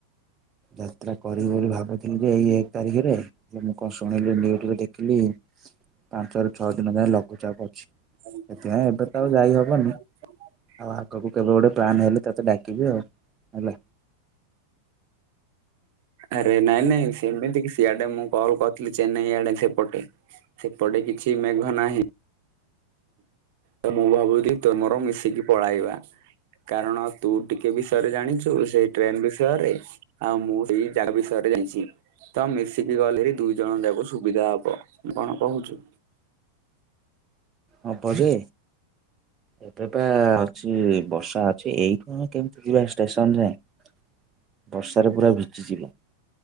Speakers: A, on the right; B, on the right.
A: ଯାତ୍ରା କରିବି ବୋଲି ଭାବୁଥିଲିଯେ ଏଇ ଏକ ତାରିଖରେ। କଣ ଶୁଣିଲି ନିୟୁଜରେ ଦେଖିଲି ପାଞ୍ଚରୁ ଛଅ ଦିନଯାଏ ଲଘୁଚାପ ଅଛି।
B: <unintelligible>
A: ସେଥିପାଇଁ ଏବେ ତ ଆଉ ଯାଇ ହବନି ଆଉ ଆଗକୁ କେବେ ଗୋଟେ ପ୍ଲାନହେଲେ ତତେ ଡାକିବି ଆଉ ହେଲା।
B: ଆରେ ନାଇଁ ନାଇଁ ସେମତିକି ଶିଆଡେ ମୁଁ କଲ କରିଥିଲି ଚେନ୍ନାଇଆଡେ ସେପଟେ ସେପଟେ କିଛି ମେଘ ନାହିଁ। ତ ମୁଁ ଭାବୁଚି ତମର ମିଶିକି ପଳାଇବା। କାରଣ ତୁଟିକେ ବିଷୟରେ ଜାଣିଚୁ ସେଇ ଟ୍ରେନ ବିଷୟରେ ଆଉ ମୁଁ ସେଇ ଜାଗା ବିଷୟରେ ଯାଣିଛି। ତ ମିଶିକି ଗଲେବି ଦୁଇ ଜଣଯାକ ସୁବିଧା ହବ କଣ କହୁଚୁ?
A: ହବଯେ ଏବେ ବା ଅଛି ବର୍ଷାଅଛି ଏଇଖୁଣି କେମତି ଯିବା ଷ୍ଟେସନ ଯାଏଁ। ବର୍ଷାରେ ପୁରା ଭିଜିିଯିବ।